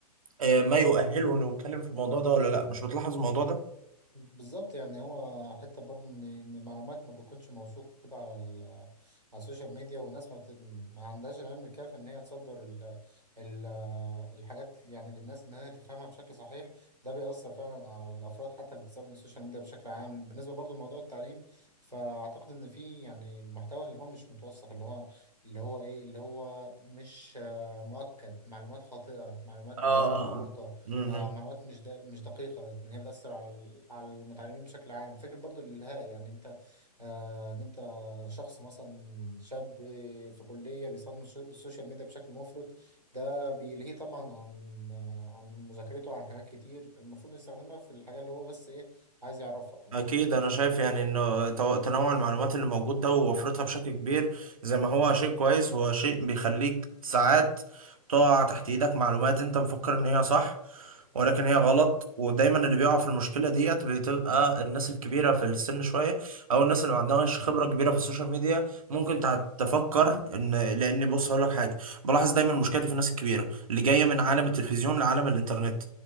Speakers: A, on the right; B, on the right.
A: آه، ما يؤهله انه يتكلم في الموضوع ده ولا لا مش بتلاحظ الموضوع
B: مم.
A: ده
B: بالظبط يعني هو حتى برضه ان ان المعلومات ما بتكونش موثوقه كده على ال- على السوشيال ميديا والناس ما, بت... ما عندهاش العلم الكافي ان هي تصدر ال... ال... الحاجات يعني للناس ان هي تفهمها بشكل صحيح ده بيأثر فعلا على الافراد حتى اللي بتستخدم السوشيال ميديا بشكل عام بالنسبه برضه لموضوع التعليم فاعتقد ان في يعني المحتوى اللي هو مش متوثق اللي هو اللي هو ايه اللي هو مش آه، مؤكد معلومات خاطئه معلومات
A: اه
B: آه، مغلوطه
A: آه.
B: آه، معلومات مش دا مش دقيقة إن هي بتأثر على على المتعلمين بشكل عام فكرة برضو الإلهاء يعني أنت آه إن أنت شخص مثلا شاب في كلية بيستخدم الش- السوشيال ميديا بشكل مفرط ده بيلهيه طبعا عن آه، عن مذاكرته عن حاجات كتير المفروض يستخدمها في الحاجة اللي هو بس إيه عايز يعرفها فاهمني
A: أكيد أنا شايف يعني إنه تو- تنوع المعلومات اللي موجود ده ووفرتها بشكل كبير زي ما هو شيء كويس هو شيء بيخليك ساعات تقع تحت إيدك معلومات أنت مفكر إن هي صح ولكن هي غلط ودايما اللي بيقع في المشكلة ديت بتبقى الناس الكبيرة في السن شوية أو الناس اللي ما عندهاش خبرة كبيرة في السوشيال ميديا ممكن تع- تفكر إن لأن بص هقول لك حاجة بلاحظ دايما المشكلة دي في الناس الكبيرة اللي جاية من عالم التلفزيون لعالم الإنترنت